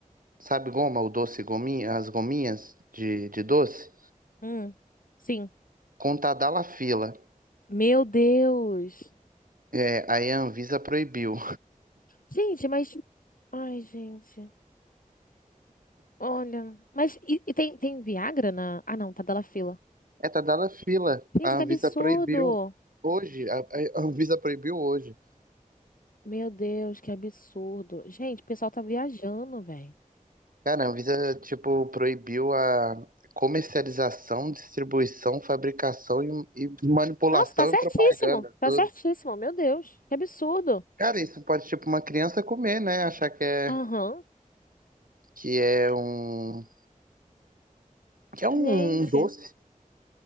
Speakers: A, on the right; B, on the left.
A: Sabe goma, o doce gominha, as gominhas de, de doce?
B: Hum, sim.
A: Com Tadalafila.
B: Meu Deus.
A: É, aí a Anvisa proibiu.
B: Gente, mas. Ai, gente. Olha. Mas e, e tem, tem Viagra na. Ah, não, tá dela fila.
A: É Tadalafila.
B: Gente,
A: A
B: que
A: Anvisa
B: absurdo.
A: proibiu hoje. A, a Anvisa proibiu hoje.
B: Meu Deus, que absurdo. Gente, o pessoal tá viajando, velho.
A: Cara, a Anvisa, tipo, proibiu a comercialização, distribuição, fabricação e, e manipulação
B: Nossa, tá certíssimo.
A: e propaganda.
B: Tá
A: Tudo.
B: certíssimo. Meu Deus, que absurdo.
A: Cara, isso pode, tipo, uma criança comer, né? Achar que é,
B: Aham.
A: que é um, que é um
B: Gente,
A: doce.